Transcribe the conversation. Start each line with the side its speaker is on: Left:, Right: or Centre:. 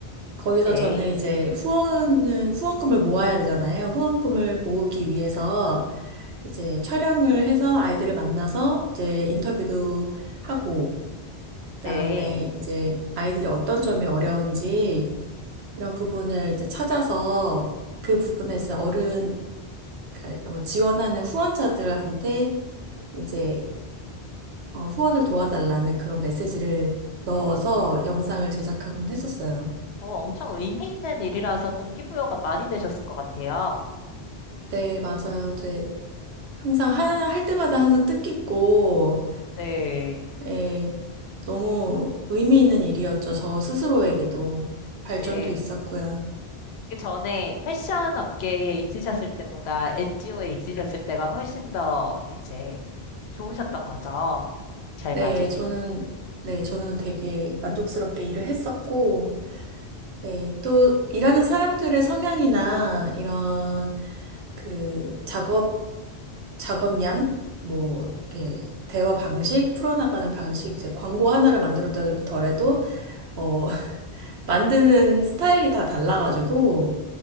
Right: 거기서
Left: 네,
Right: 저는 이제 후원은, 후원금을 모아야 되잖아요. 후원금을 모으기 위해서 이제 촬영을 해서 아이들을 만나서 이제 인터뷰도 하고, 그다음에
Left: 네.
Right: 이제 아이들이 어떤 점이 어려운지 이런 부분을 이제 찾아서 그 부분에서 어른 그러니까 어, 지원하는 후원자들한테 이제 어, 후원을 도와달라는 그런 메시지를 넣어서 영상을 제작하곤 했었어요.
Left: 어, 엄청 의미 있는 일이라서 동기부여가 많이 되셨을 것 같아요.
Right: 네, 맞아요. 제 항상 할, 할 때마다 항상 뜻깊고
Left: 네,
Right: 예, 너무 의미 있는 일이었죠. 저 스스로에게도 발전도
Left: 네.
Right: 있었고요.
Left: 그 전에 패션 업계에 있으셨을 때보다 NGO에 있으셨을 때가 훨씬 더 이제 좋으셨던 거죠. 잘
Right: 네,
Left: 맞을 수
Right: 저는,
Left: 있고.
Right: 네, 저는 되게 만족스럽게 일을 했었고, 네, 또 일하는 사람들의 성향이나 이런 그 작업, 작업량, 뭐, 이렇게 대화 방식, 풀어나가는 방식, 이제 광고 하나를 만들었더라도, 어, <laughs> 만드는 스타일이 다 달라가지고,